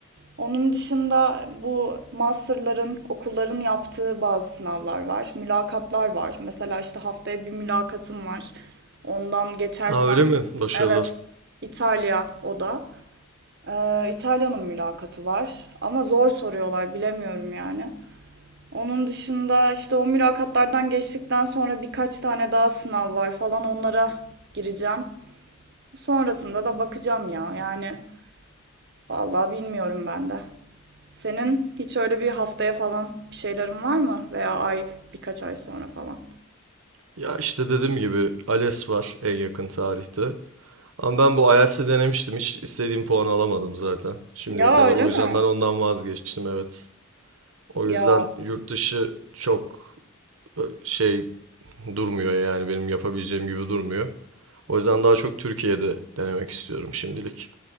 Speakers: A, on the right; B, on the right.
A: Onun dışında bu masterların, okulların yaptığı bazı sınavlar var. Mülakatlar var. Mesela işte haftaya bir mülakatım var. Ondan geçersem,
B: Aa, öyle mi? Başarılar.
A: evet İtalya o da. Ee, İtalya'nın mülakatı var. Ama zor soruyorlar bilemiyorum yani. Onun dışında işte o mülakatlardan geçtikten sonra birkaç tane daha sınav var falan onlara gireceğim. Sonrasında da bakacağım ya. Yani vallahi bilmiyorum ben de. Senin hiç öyle bir haftaya falan bir şeylerin var mı? Veya ay birkaç ay sonra falan.
B: Ya işte dediğim gibi ALES var en yakın tarihte. Ama ben bu IELTS'i denemiştim. Hiç istediğim puanı alamadım zaten şimdiye
A: Ya
B: kadar.
A: öyle
B: O
A: mi?
B: yüzden ben ondan vazgeçtim evet. O
A: Ya
B: yüzden yurt dışı çok e, şey durmuyor yani benim yapabileceğim gibi durmuyor. O yüzden daha çok Türkiye'de denemek istiyorum şimdilik.